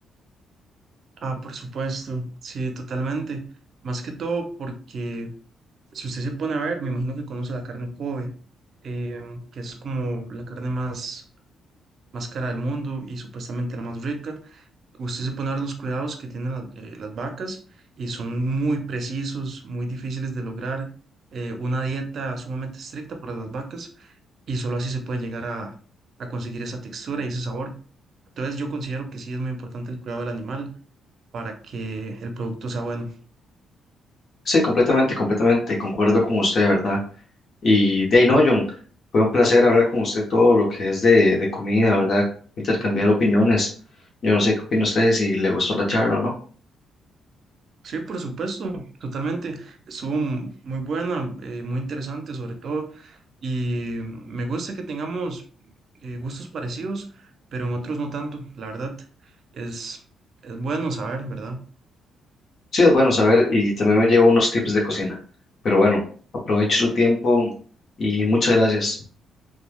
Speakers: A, on the right; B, on the left.
A: Ah, por supuesto, sí, totalmente. Más que todo porque si usted se pone a ver, me imagino que conoce la carne Kobe, em, que es como la carne más, más cara del mundo y supuestamente la más rica. Usted se pone a ver los cuidados que tienen la- eh, las vacas y son muy precisos, muy difíciles de lograr. eh, una dieta sumamente estricta para las vacas y solo así se puede llegar a, a conseguir esa textura y ese sabor. Entonces yo considero que sí es muy importante el cuidado del animal para que el producto sea bueno.
B: Sí, completamente, completamente, concuerdo con usted, ¿verdad? Y de ahí no, John, fue un placer hablar con usted todo lo que es de, de comida, ¿verdad? Intercambiar opiniones. Yo no sé qué opina usted, si le gustó la charla o no.
A: Sí, por supuesto, totalmente. Estuvo m- muy buena, eh, muy interesante sobre todo, y me gusta que tengamos eh, gustos parecidos, pero en otros no tanto. La verdad, es, es bueno saber, ¿verdad?
B: Sí, es bueno saber y también me llevo unos tips de cocina. Pero bueno, aprovecho su tiempo y muchas gracias.